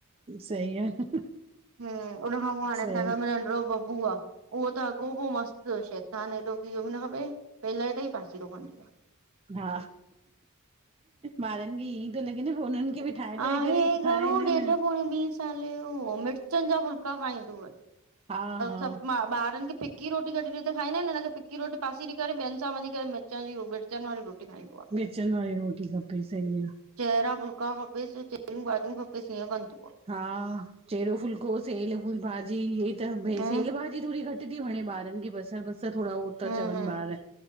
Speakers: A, on the right; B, on the right.
A: सही आहे
B: हम्म उन खां पो हाणे
A: सही
B: असां ये घर मे नंडड़ो बबू आ। उहो त अॻोपो मस्त शैतान एॾो की इहो बि न खपे पलट ई पासीरो कंदी आहे।
A: हा ॿारन खे ईअं तो लॻे न उनन खे बि ठाहे
B: आहे
A: ठाहे करे
B: घणो
A: खाराईंदा आहिनि
B: ॾेॾ पोड़े ॿी साले साले यो मिर्चन जा फुल्का खाईदोव
A: हा हा
B: सब ॿारन खे फिक फिकी रोटी कडी ॾे त खाईंदा आहिन हिन खे फिकी रोटी पासीरी करे ॿियनसां वञी मिर्च जी मिर्चन वारी रोटी खाईंदो आ।
A: मिर्चन वारी रोटी खपे सही आ।
B: चेरा फुलका खपेस चेरयूं भाॼियूं खपेस इयं कंदो आ।
A: हा चेरो फुलको सेल भाॼी इ त
B: हम्म
A: सेल भाॼी थोड़ी घट थी वणे ॿारन खे बसर बसर थोड़ा हो ता
B: हम्म
A: चवन
B: हम्म
A: ॿार